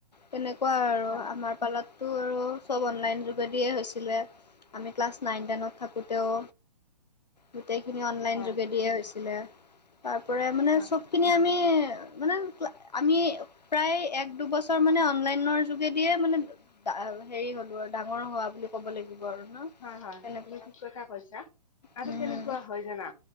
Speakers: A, on the left; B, on the left.
A: তেনেকোৱা আৰু
B: হয়
A: আমাক পালাততো আৰু চব অনলাইন যোগেদিয়ে হৈছিলে আমি ক্লাছ নাইন টেনত থাকোতেও গোটেইখিনি অনলাইন
B: হয়
A: যোগেদিয়েই হৈছিলে তাৰপৰাই মানে
B: হয়
A: চব সেপিনি আমি মানে আমি প্ৰায় এক দুবছৰ মানে অনলাইনৰ যোগেদিয়ে মানে হেৰি হলো আৰু ডাঙৰ হোৱা বুলি ক'ব লাগিব আৰু ন
B: হয় হয়
A: তেনেকুৱা
B: তুমি ঠিক কথা কৈছা আৰু
A: উম,
B: কেনেকোৱা হয় জানা